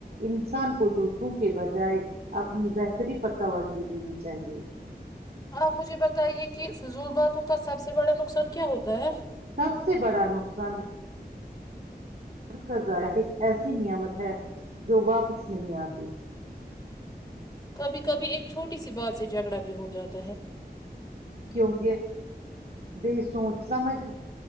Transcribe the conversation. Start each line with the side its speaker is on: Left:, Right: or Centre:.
Right: انسان کو دوسروں کے بجائے اپنی بہتری پر توجہ دینی چاہیے
Left: آپ مجھے بتائیے کہ فضول باتوں کا سب سے بڑا نقصان کیا ہوتا ہے
Right: سب سے بڑا نقصان وقت کا ضائع ایک ایسی نعمت ہے جو واپس نہیں آتی
Left: کبھی کبھی ایک چھوٹی سی بات سے جھگڑا بھی ہو جاتا ہے
Right: کیونکہ دیش سوچ سمجھ